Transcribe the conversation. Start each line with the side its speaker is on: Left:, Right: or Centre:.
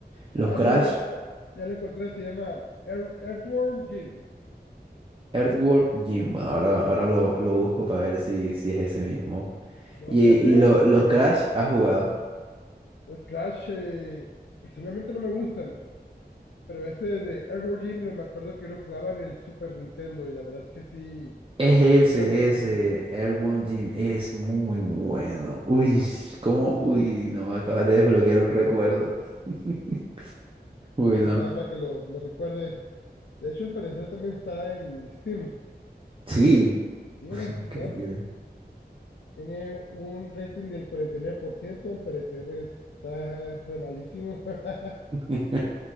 Right: Los
Left: Ah,
Right: Mm. Crash,
Left: sí, ya lo, ya, ya lo encontré, se llama Ear- Earthworm Jim.
Right: Earthworm Jim. Bueno, ahora, ahora lo, lo busco para ver si, si es ese mismo.
Left: No,
Right: Y,
Left: así hace,
Right: y lo, los
Left: y
Right: Crash has jugado.
Left: Los Crash eh, personalmente no me gustan, pero ese de Earthworm Jim me acuerdo que lo jugaba en el Super Nintendo y la verdad es que sí,
Right: Es ese,
Left: sí era muy entretenido.
Right: es ese. Earthworm Jim es muy bueno. Uy, ¿cómo? Uy, no me acabas de desbloquear un recuerdo. <laughs> Bueno,
Left: Pues ahí está, para que lo, lo recuerde. De hecho, al parecer también está en Steam.
Right: sí.
Left: Mira,
Right: <laughs>
Left: sí está.
Right: Increíble.
Left: Tiene un rating del 49%, al parecer está re malísimo. <laughs>
Right: <laughs>